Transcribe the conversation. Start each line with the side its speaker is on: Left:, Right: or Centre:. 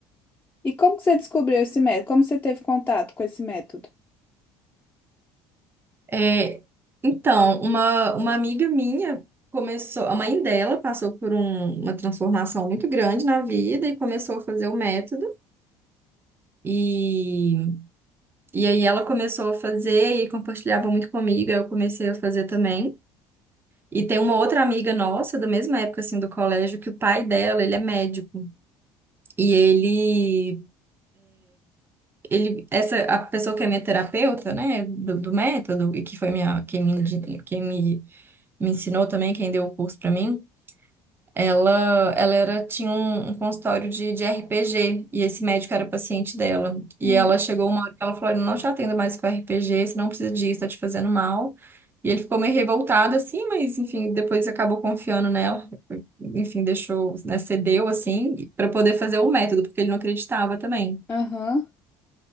Left: e como que você descobriu esse método? Como você teve contato com esse método?
Right: É, então, uma, uma amiga minha começou, a mãe dela passou por um- uma transformação muito grande na vida e começou a fazer o método. E, e aí ela começou a fazer e compartilhava muito comigo, aí eu comecei a fazer também. E tem uma outra amiga nossa, da mesma época assim do colégio, que o pai dela, ele é médico. E ele ele essa a pessoa que é minha terapeuta, né, do, do método e que foi minha quem me, indi- quem me, me ensinou também, quem deu o curso pra mim, Ela, ela era, tinha um, um consultório de, de RPG e esse médico era paciente dela. E
Left: Hum,
Right: ela chegou uma hora que ela falou: "Eu não te atendo mais com RPG, você não precisa disso, tá te fazendo mal. E ele ficou meio revoltado assim, mas enfim, depois acabou confiando nela, enfim, deixou, né, cedeu assim, para poder fazer o método, porque ele não acreditava também.
Left: aham.